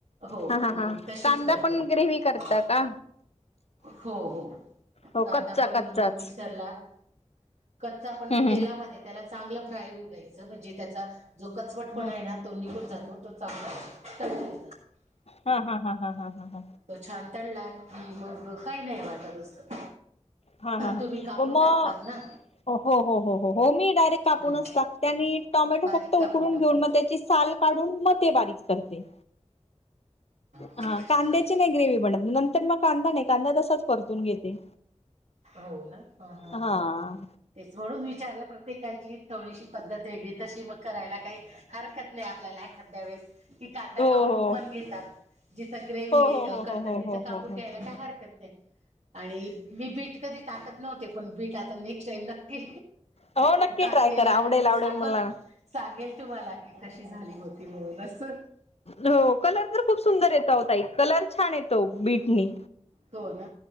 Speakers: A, on the right (about 70°); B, on the left (about 60°).
A: हो
B: हा हा
A: मग
B: हा
A: तशीच
B: कांदा
A: करते
B: पण ग्रेव्ही करता
A: अ
B: का
A: हो हो
B: हो
A: कांदा
B: कच्चा
A: पण
B: कच्चाच
A: मिक्सरला कच्चा आपण
B: हम्म
A: मग तेलामध्ये त्याला चांगलं फ्राय होऊ द्यायचं म्हणजे त्याचा जो कचवट
B: हम्म
A: पण आहे ना तो निघून जातो तो चांगला टं
B: हा हा हा हा हा हा
A: मग तो छान तडला की मग काही नाही राहता असं.
B: हा हा
A: तुम्ही
B: ह
A: कापून
B: मग
A: टाकतात ना
B: हो हो हो हो हो मी डायरेक्ट कापूनच
A: हां
B: टाकते आणि टॉमॅटो
A: बारीक
B: फक्त उकडून
A: कापून टाकतात
B: घेऊन मग त्याची साल काढून म ते बारीक करते.
A: अच्छा
B: हा कांद्याची
A: अच्छा
B: नाही ग्रेवी म्हणत नंतर मग कांदा नाही कांदा तसाच परतून घेते.
A: हो ना ह
B: हा
A: तेच म्हणून विचारलं प्रत्येकाची थोडीशी पद्धत वेगळी तशी मग करायला काही हरकत नाही आपल्याला ह एकादया वेळे की कांदा
B: हो
A: कापून पण घेतात. जिथं ग्रेव
B: हो हो हो हो
A: करतात
B: हो हो
A: तिथं
B: हो हो
A: कापून
B: हो.
A: घ्यायला काय हरकत नाही. आणि मी बीट कधी टाकत नव्हते पण बीट आता नेक्स्ट टाईम नक्की.
B: हो नक्की
A: टाके
B: ट्राय करा
A: लाडी
B: आवडेल आवडेल
A: सांखर
B: मला
A: सांगेल तुम्हाला कि कशी झाली होती म्हणून अस
B: हो कलर तर खूप सुंदर येत होता एक कलर छान येतो बीटनी
A: हो ना